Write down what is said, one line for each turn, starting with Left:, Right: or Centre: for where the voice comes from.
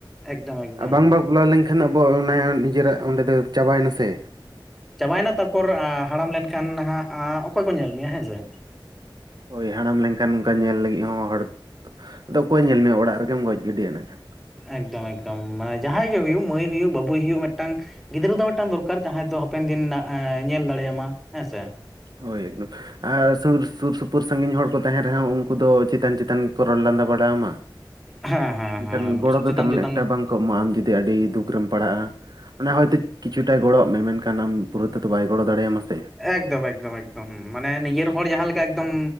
Centre: ᱮᱠᱫᱚᱢ ᱮᱠᱫᱚᱢ
Right: ᱟᱨ ᱵᱟᱝ ᱵᱟᱯᱞᱟ ᱞᱮᱱᱠᱷᱟᱱ ᱟᱵᱚ ᱚᱱᱟ ᱱᱤᱡᱮᱨᱟᱜ ᱚᱸᱰᱮ ᱫᱚ ᱪᱟᱵᱟᱭ ᱱᱟ ᱥᱮ,
Centre: ᱪᱟᱵᱟᱭ ᱱᱟ ᱛᱟᱨᱯᱚᱨ ᱦᱟᱲᱟᱢ ᱞᱮᱱᱠᱷᱟᱱ ᱱᱟᱦᱟᱸᱜ ᱚᱠᱚᱭ ᱠᱚ ᱧᱮᱞ ᱢᱮᱭᱟ ᱦᱮᱸ ᱥᱮ᱾
Right: ᱦᱳᱭ ᱦᱟᱲᱟᱢ ᱞᱮᱱᱠᱷᱟᱱ ᱚᱱᱠᱟ ᱧᱮᱞ ᱞᱟᱹᱜᱤᱜ ᱦᱚᱸ ᱦᱚᱲ ᱟᱫᱚ ᱚᱠᱚᱭ ᱧᱮᱞ ᱢᱮᱭᱟ ᱚᱲᱟᱜ ᱨᱮᱜᱮᱢ ᱜᱚᱡ ᱜᱤᱰᱤᱭᱟ ᱤᱱᱟᱹ ᱠᱷᱟᱱ᱾
Centre: ᱮᱠᱫᱚᱢ ᱮᱠᱫᱚᱢ ᱢᱟᱱᱮ ᱡᱟᱦᱟᱸᱭ ᱜᱮ ᱦᱩᱭᱩᱜ ᱢᱟᱹᱭ ᱦᱩᱭᱩᱜ ᱵᱟᱹᱵᱩᱭ ᱦᱩᱭᱩᱜ ᱢᱤᱜᱴᱟᱝ ᱜᱤᱫᱽᱨᱟᱹ ᱫᱚ ᱢᱤᱜᱴᱟᱝ ᱫᱚᱨᱠᱟᱨ ᱡᱟᱦᱟᱸᱭ ᱫᱚ ᱦᱟᱯᱮᱱ ᱫᱤᱱ ᱱᱟᱜ ᱮ ᱧᱮᱞ ᱫᱟᱲᱮᱭᱟᱢᱟ ᱦᱮᱸ ᱥᱮ᱾
Right: ᱦᱳᱭ ᱮᱠᱫᱚᱢ ᱟᱨ ᱥᱩᱨ ᱥᱩᱨ ᱥᱩ ᱯᱩᱨ ᱥᱟᱺᱜᱤᱧ ᱦᱚᱲ ᱠᱚ ᱛᱟᱦᱮᱸᱱ ᱨᱮᱦᱚᱸ ᱩᱱᱠᱩ ᱫᱚ ᱪᱮᱛᱟᱱ ᱪᱮᱛᱟᱱ ᱜᱮᱠᱚ ᱨᱚᱲ ᱞᱟᱸᱫᱟ ᱵᱟᱲᱟᱣ ᱢᱟ
Centre: ᱦᱮᱸ ᱦᱮᱸ
Right: ᱮᱱᱠᱷᱟᱱ
Centre: ᱦᱮᱸ
Right: ᱜᱚᱲᱚ
Centre: ᱪᱮᱛᱟᱱ
Right: ᱫᱚ ᱛᱮᱢᱚᱱ
Centre: ᱪᱮᱛᱟᱱ
Right: ᱮᱠᱴᱟ ᱵᱟᱝ ᱠᱚ ᱮᱢᱚᱜᱼᱟ ᱟᱢ ᱡᱩᱫᱤ ᱟᱹᱰᱤ ᱫᱩᱠ ᱨᱮᱢ ᱯᱟᱲᱟᱜᱼᱟ ᱚᱱᱟ ᱦᱚᱭᱛᱚ ᱠᱤᱪᱷᱩ ᱴᱟᱜ ᱜᱚᱲᱚᱣᱟᱜ ᱢᱮ ᱢᱮᱱᱠᱷᱟᱱ ᱟᱢ ᱯᱩᱨᱟᱹ ᱛᱮᱫᱚ ᱵᱟᱭ ᱜᱚᱲᱚ ᱫᱟᱲᱮᱭᱟᱢᱟ ᱥᱮ᱾
Centre: ᱮᱠᱫᱚᱢ ᱮᱠᱫᱚᱢ ᱮᱠᱫᱚᱢ ᱦᱩᱸ ᱢᱟᱱᱮ ᱱᱤᱡᱮᱨ ᱦᱚᱲ ᱡᱟᱦᱟᱸ ᱞᱮᱠᱟ ᱮᱠᱫᱚᱢ